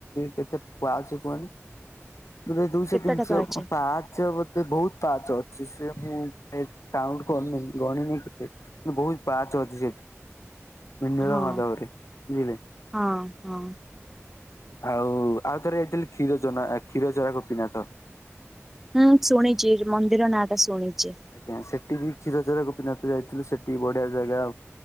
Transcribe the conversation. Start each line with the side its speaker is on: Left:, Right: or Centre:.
Left: କେତେ ପାଚ କହନି ଦୁଇଶ
Centre: କେତେଟା
Left: ତିିନ
Centre: ପାହାଚ
Left: ପା ସେ ବୋତେ ବହୁତ ପାଚ ଅଛି ସେ ମୁଁ କାଉଣ୍ଟ କରିନି ଗଣିନି କେତେ। ବହୁତ ପାଚ ଅଛି ସେଠି ନିଳ
Centre: ହଁ
Left: ମାଧାବରେ ଯାଇଁଲେ।
Centre: ହଁ ହଁ।
Left: ଆଉ ଆଉଥରେ ଯାଇଥିଲି କ୍ଷୀର ଚନା କ୍ଷୀରଚରାକୁ ଗପିନାଥ।
Centre: ହୁଁ ଶୁଣିଛି ମନ୍ଦିର ନାଁ ଟା ଶୁଣିଚି।
Left: ଆଜ୍ଞା ସେଠି ବି ଛିରଚରା ଗୋପିନାଥ ଯାଇଥିଲୁ ସେଠି ବଢିଆ ଜାଗା।